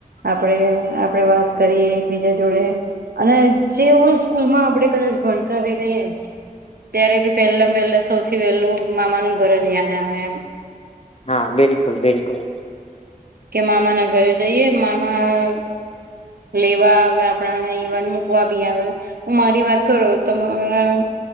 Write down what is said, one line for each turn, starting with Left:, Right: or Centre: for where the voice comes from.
Right: આપડે- આપડે વાત કરીએ એકબીજા જોડે અને જેવું સ્કૂલમાં આપણે તે કદાચ ભણતોભી નહીં હોય ત્યારે બી, પેલા પેલા સૌથી વેલું મામાનું ઘર જ યાદ આવે, એમ.
Left: હા, બિલકુલ, બિલકુલ
Right: કે, મામા ના ઘરે જઈએ, મામા અ લેવા આવે આપણાને ઇવન મૂકવા બી આવે હું મારી વાત કરો તમારા